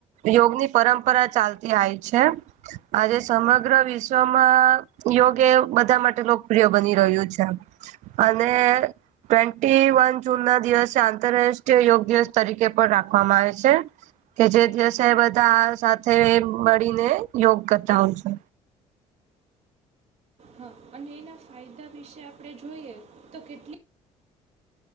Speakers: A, on the right; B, on the right.
A: યોગની પરંપરા ચાલતી જાઈ છે, આજે સમગ્ર વિશ્વમાં યોગ એ બધા માટે લોકપ્રિય બની રહ્યું છે. અને ટ્વેન્ટી વન જૂન ના દિવસે આ આંતરરાષ્ટ્રીય યોગ દિવસ તરીકે પણ રાખવામાં આવે છે. કે જે દિવસે બધા આ સાથે મળીને યોગ કરતા હોય છે.
B: હા અને એના ફાયદા વિશે આપણે જોઈએ તો કેટલી